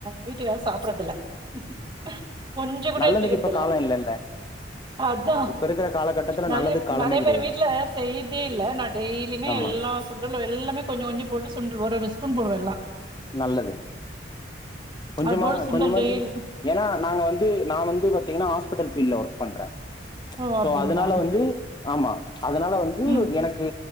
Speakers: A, on the right; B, on the left.
A: வீட்டுகாரறு சாப்படுறதுல ஆ கொஞ்ஜோ கூட
B: நல்லதுக்கு
A: எடுத்துக்கிறதுல
B: இப்ப காலம் இல்லல்ல
A: அதா
B: இப்ப இருக்கிற காலகட்டத்துல
A: நறைய
B: நல்லதுக்கு காலமே
A: நறைய
B: கிடையாது
A: பேர் வீட்டுல செய்யதே இல்ல நா டெய்லியுமே
B: ஆமா
A: எல்லா பூட் எல்லாமே கொஞ்சோ கொஞ்சோ போட்டு சுண்டடு ஒரு ஒரு ஸ்பூன் போடுவே எல்லா
B: நல்லது கொஞ்சமா
A: அது போட்டு சுண்டல்
B: கொஞ்சமாச்சி
A: டெய்லி
B: ஏன்னா நாங்க வந்து நா வந்து பாத்தீங்கன்னா ஹாஸ் பிடல் ஃபீல்டல ஒர்க் பண்றே
A: ஓ!
B: சோ
A: அப்டிங்களா?
B: அதனால வந்து ஆமா அதனால வந்து
A: ம்,
B: எனக்கு